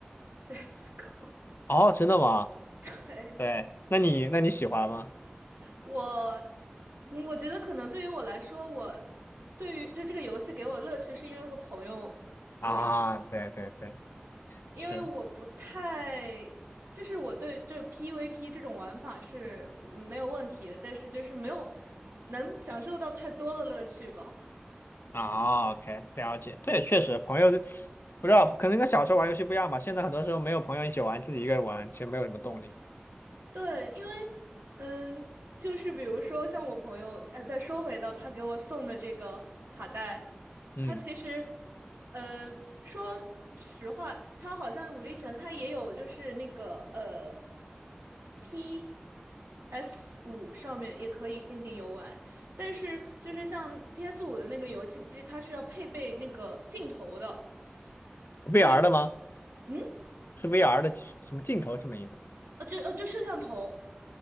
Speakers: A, on the right; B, on the left.
A: ，CS:GO
B: 哦，真的吗？
A: <laughs>。对，
B: 对，那你那你喜欢吗？
A: 我，嗯我觉得可能对于我来说，我对于就这个游戏给我乐趣，是因为和朋友就是一起
B: 啊，对对对，
A: 因为我不太，
B: 是。
A: 就是我对这 PVP 这种玩法是没有问题的，但是就是没有能享受到太多的乐趣吧。
B: 啊，OK，了解。对，确实，朋友不知道，可能跟小时候玩游戏不一样吧。现在很多时候没有朋友一起玩，自己一个人玩，其实没有什么动力。
A: 对，因为嗯，就是比如说像我朋友，呃，再说回到他给我送的这个卡带，
B: 嗯
A: 他其实，嗯，说实话，他好像武力全开也有，就是那个呃，P S 五上面也可以进行游玩，但是就是像 P S 五的那个游戏机，它是要配备那个镜头的，
B: ，VR
A: 所以
B: 的吗？
A: 嗯，
B: 是 VR 的什么镜头什么意思？
A: 呃，就呃就摄像头，